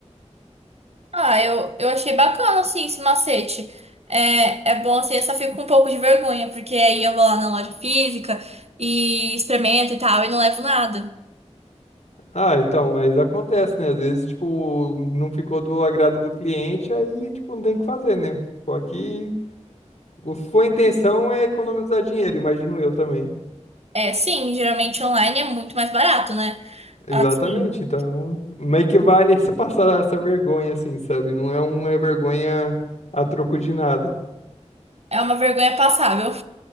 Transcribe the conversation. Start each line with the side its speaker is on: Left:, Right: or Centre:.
Right: Ah, eu, eu achei bacana, assim, esse macete. É, é bom, assim, eu só fico com um pouco de vergonha, porque aí eu vou lá na loja física e experimento e tal, e não levo nada.
Left: Ah, então, mas acontece, né? Às vezes, tipo, não ficou do agrado do cliente, aí, tipo, não tem o que fazer, né? Só que o- sua intenção é economizar dinheiro, imagino eu também.
Right: É, sim, geralmente online é muito mais barato, né?
Left: Exatamente,
Right: Assim,
Left: então, meio que vale <laughs> essa passar essa vergonha, assim, sabe? Não é uma vergonha a troco de nada.
Right: é uma vergonha passável.